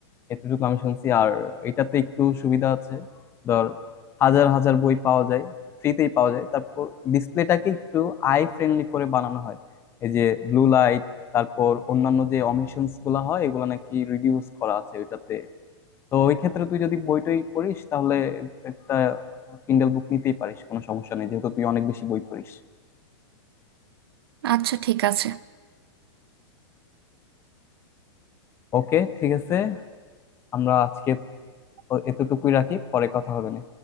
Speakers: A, on the left; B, on the right.
A: এতটুকু আমি শুনছি আর এটাতে একটু সুবিধা আছে ধর হাজার হাজার বই পাওয়া যায় ফ্রিতেই পাওয়া যায় তারপর ডিসপ্লেটাকে একটু আই ফ্রেন্ডলি করে বানানো হয় এই যে ব্লু লাইট তারপর অন্যান্য যে অমিশনস গুলা হয় এগুলা নাকি রিডিউস করা আছে ওইটাতে তো ওই ক্ষেত্রে তুই যদি বইটই পড়িস তাহলে একটা কিন্ডেল বুক নিতেই পারিস কোনো সমস্যা নেই যেহেতু তুই অনেক বেশি বই পড়িস
B: আচ্ছা ঠিক আছে
A: ওকে ঠিক আছে আমরা আজকে এতটুকুই রাখি পরে কথা হবে না